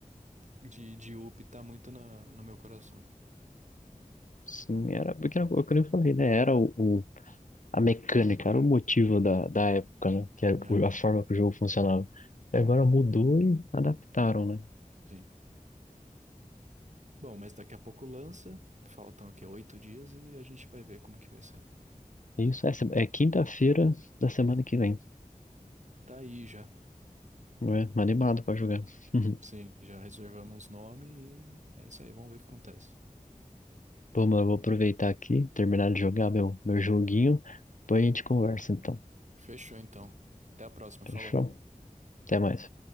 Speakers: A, on the right; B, on the left.
A: de, de up tá muito na, no meu coração.
B: Sim, era, porque era o que eu falei, né? Era o, o- a mecânica, era o motivo da, da época, né? Que era
A: É,
B: o- a forma que o jogo funcionava. E Agora mudou e adaptaram, né?
A: sim. Bom, mas daqui a pouco lança. Faltam aqui oito dias e a gente vai ver como que vai ser.
B: Isso, essa é quinta-feira da semana que vem.
A: Tá aí já.
B: É, animado pra jogar. <laughs>
A: Sim, já reservamos nome e é isso aí, vamos ver o que acontece.
B: Pô, mano, eu vou aproveitar aqui, terminar de jogar meu, meu joguinho. Depois a gente conversa, então.
A: Fechou então. Até a próxima. Falou.
B: Fechou? Até mais.